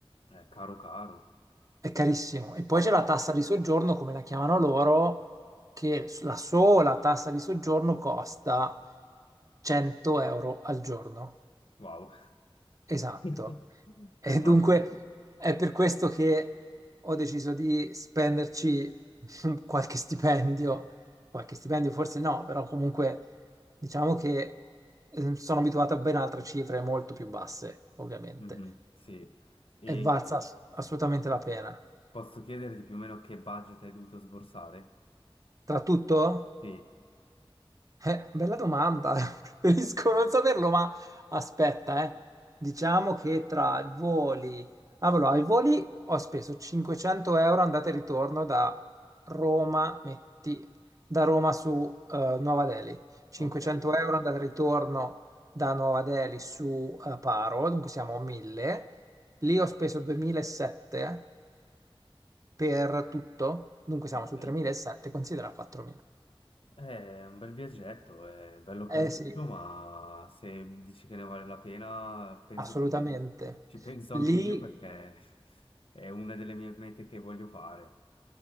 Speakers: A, on the left; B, on the right.
A: Eh, caro, caro.
B: È carissimo. E poi
A: Sì,
B: c'è la tassa di soggiorno, come la chiamano loro, che la sola tassa di soggiorno costa 100 euro al giorno,
A: wow.
B: esatto.
A: <laughs>
B: E
A: È tanto.
B: dunque è per questo che ho deciso di spenderci <laughs> qualche stipendio, qualche stipendio forse no, però comunque diciamo che eh, sono abituato a ben altre cifre molto più basse, ovviamente,
A: Mhm, sì. E
B: e valsa ass- assolutamente la pena.
A: posso chiederti più o meno che budget hai dovuto sborsare?
B: Tra tutto?
A: Sì,
B: Eh, bella domanda, <laughs> preferisco non saperlo, ma aspetta, eh. Diciamo che tra i voli, ah, allora, ai voli ho speso 500 euro andata e ritorno da Roma, metti, da Roma su eh, Nuova Delhi, 500
A: ok,
B: euro andata e ritorno da Nuova Delhi su eh, Paro, dunque siamo a 1000, lì ho speso 2007 per tutto, dunque siamo
A: ok.
B: su 3007, considera 4.000.
A: Eh, È un bel viaggetto, è bello caruccio,
B: Eh sì,
A: ma se dici che ne vale la pena, penso
B: assolutamente.
A: che ci, ci penso
B: Lì,
A: anche io perché <laughs> è una delle mie mete che voglio fare.